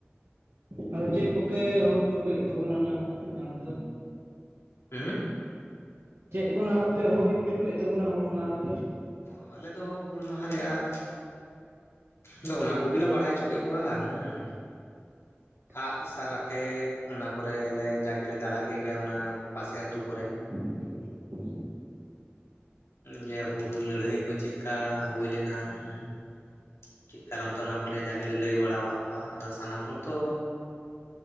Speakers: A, on the right (about 70°); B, on the left (about 80°).
A: ᱟᱫᱚ ᱪᱮᱫ ᱠᱚᱯᱮ ᱦᱩᱭ ᱦᱚᱪᱚᱠᱮᱫ ᱛᱟᱵᱚᱱᱟ ᱦᱩᱞ ᱢᱟᱦᱟ ᱨᱮᱫᱚ?
B: ᱦᱩᱸ
A: ᱪᱮᱫ ᱠᱚ ᱱᱟᱦᱟᱜ ᱯᱮ ᱦᱩᱭ ᱦᱚᱪᱚ ᱠᱮᱫ ᱛᱟᱵᱚᱱᱟ ᱦᱩᱞ ᱢᱟᱦᱟᱨᱮ?
B: ᱚ ᱟᱞᱮ ᱫᱚ ᱦᱩᱞ ᱢᱟᱦᱟ ᱨᱮᱭᱟᱜᱼᱼ ᱟᱫᱚ ᱚᱱᱟ ᱠᱚ ᱜᱮᱞᱮ ᱵᱟᱲᱟᱭ ᱦᱚᱪᱚ ᱠᱮᱫ ᱠᱚᱣᱟ ᱦᱩᱸ᱾
A: <inaudible>
B: ᱟᱜᱼᱥᱟᱨ ᱟᱛᱮ ᱚᱱᱟ ᱠᱚᱨᱮ ᱞᱮ ᱡᱟᱜᱮᱞᱮ ᱫᱟᱲᱟ ᱠᱮᱜ ᱜᱮᱭᱟ ᱚᱱᱟ ᱯᱟᱥᱮ ᱟᱹᱛᱩ ᱠᱚᱨᱮ᱾
A: <unintelligible>
B: ᱡᱮ ᱦᱩᱞ ᱞᱟᱹᱲᱦᱟᱹᱭ ᱠᱚ ᱪᱮᱫᱠᱟ ᱦᱩᱭ ᱞᱮᱱᱟ ᱦᱩᱸ, ᱪᱮᱫ ᱠᱟᱨᱚᱱ ᱛᱮ ᱚᱱᱟ ᱠᱚᱞᱮ ᱡᱟᱜᱮᱞᱮ ᱞᱟᱹᱭ ᱵᱟᱲᱟᱣᱟᱜ ᱠᱚᱣᱟ ᱟᱫᱚ ᱥᱟᱱᱟᱢ ᱦᱚᱲ ᱛᱚᱼᱼ